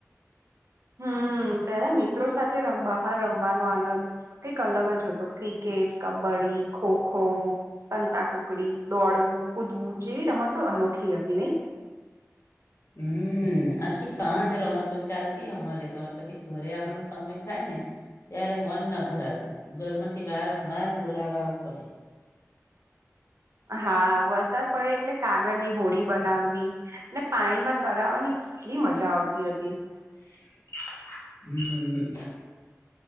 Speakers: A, on the right; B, on the left.
A: હમ્મ, પેલા મિત્રો સાથે બહાર રમવાનો આનંદ કંઈક અલગ જ હતો. તો ક્રિકેટ કબડ્ડી ખોખો સંતા કુકડી દોડવું કૂદવું જેવી રમતો અનોખી હતી, નઈ
B: હમ્મ, આખી સાંજ રમતો ચાલતી અમારે તો અને પછી ઘરે આવવાનો સમય થાય ને ત્યારે મન ન ભરાતું ઘરમાંથી વારંવાર બોલાવા આવું પડે.
A: હા, વરસાદ પડે એટલે કાગળની હોડી બનાવવી, અને પાણીમાં તરાવાની કેટલી મજા આવતી હતી,
B: હમ્મ